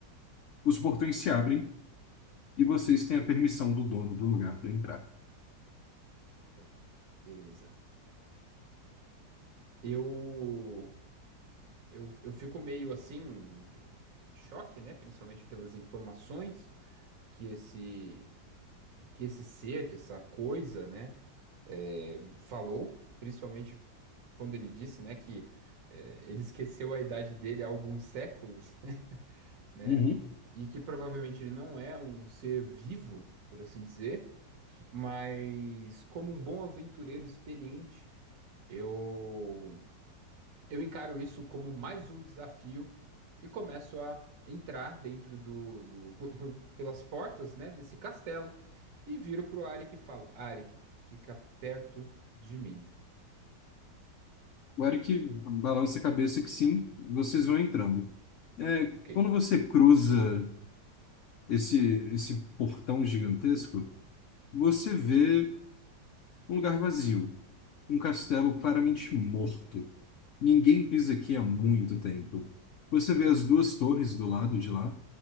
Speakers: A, on the left; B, on the right.
A: Os portões se abrem e vocês têm a permissão do dono do lugar para entrar.
B: Então, beleza. Eu, eu, eu fico meio assim, em choque, né? Principalmente pelas informações que esse que esse ser, que essa coisa, né, é, falou, principalmente quando ele disse, né, que é, ele esqueceu a idade dele há alguns séculos, <laughs> né,
A: Uhum.
B: e que provavelmente ele não é um ser vivo, por assim dizer, mas como um bom aventureiro experiente, eu eu encaro isso como mais um desafio e começo a entrar dentro do, do por- por- pelas portas, né, desse castelo e viro pro Arik e falo: Arik, fica perto de mim.
A: O Eric balança a cabeça que sim, vocês vão entrando. É,
B: Ok.
A: quando você cruza esse, esse portão gigantesco, você vê um lugar vazio. Um castelo claramente morto. Ninguém pisa aqui há muito tempo. Você vê as duas torres do lado de lá,